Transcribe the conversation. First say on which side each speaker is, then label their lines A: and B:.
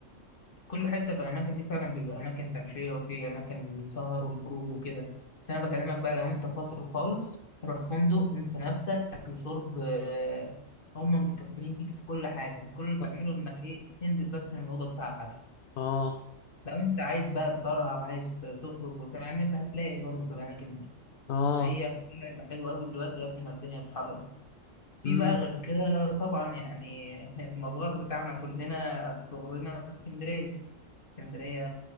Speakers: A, on the left; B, on the left.
A: كل حتة في الأماكن دي فعلا بيبقى أماكن تمشية وفي أماكن السهر والخروج وكده بس أنا بكلمك بقى لو أنت فاصل خالص روح فندق انسى نفسك أكل شرب آه، هم متكفلين بيك في كل حاجة كل اللي بتعمله
B: اه
A: إنك إيه تنزل بس من الأوضة بتاعتك
B: اه
A: لو انت عايز بقى تطرح او عايز تخرج وتعمل هتلاقي برضه في الاماكن دي
B: آه،
A: فهي اختيار هيبقى حلو قوي دلوقتي قبل ما الدنيا تحرر في
B: امم
A: بقى غير كده طبعا يعني <laughs> المزار بتاعنا كلنا في صغرنا اسكندريه اسكندريه